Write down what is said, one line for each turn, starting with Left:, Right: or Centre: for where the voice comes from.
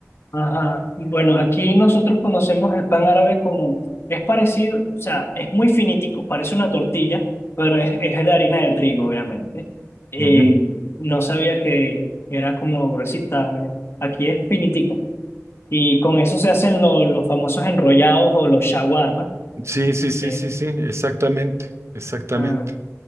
Left: Ajá. Bueno, aquí nosotros conocemos el pan árabe como, es parecido, o sea, es muy finitico, parece una tortilla, pero es, es de harina de trigo, obviamente. Eh,
Right: Ujú.
Left: no sabía que era como gruesita, ¿no? Aquí es finitico. Y con eso se hacen lo- los famosos enrollados o los shawarma.
Right: Sí, sí, sí,
Left: Eh,
Right: sí, sí, exactamente, exactamente.
Left: ah,